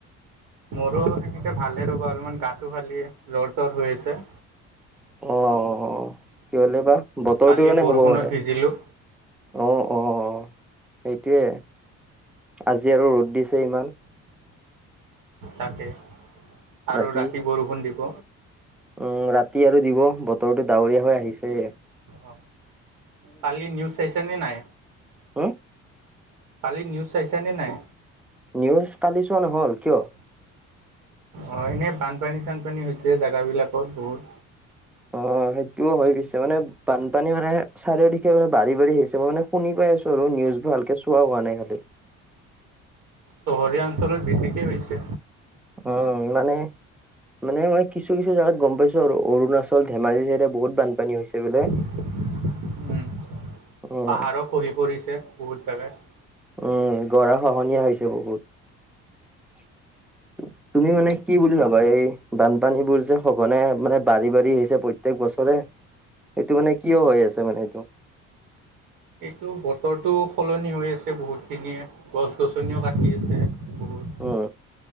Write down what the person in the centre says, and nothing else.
অ'অ'অ' কিহলে বা বতৰটোৰ
কাৰণে
হ'ব পাৰে।
অ'অ'সেইটোয়ে আজি আৰু ৰ'দ দিছ ছে ইমান।
বাকী
উম ৰাতি আৰু দিব বতৰটো ডাৱৰীয়া হৈ আহিছে।
হু?
নিউজ কালি চোৱা নহ'ল কিয়?
অ সেইটোও হয় পিছে মানে বানপানী মানে চাৰিওদিশে মানে বাঢ়ি বাঢ়ি আহিছে মই মানে শুনি পাই আছো আৰু নিউজ ভালকে চোৱা হোৱা নাই খালি।
অ ই মানে মানে মই কিছু কিছু জাগাত গম পাইছো আৰু অৰুণাচল, ধেমাজি চাইদে বহুত বানপানী হৈছে বোলে।
উম
উম গৰা খহনীয়া হৈছে বহুত। তুমি মানে কি বুলি ভাবা এই বানপানীবোৰ যে সঘনে মানে বাঢ়ি-বাঢ়ি আহিছে প্ৰত্যেক বছৰে এইটো মানে কিয় হৈ আছে মানে এইটো।
অ।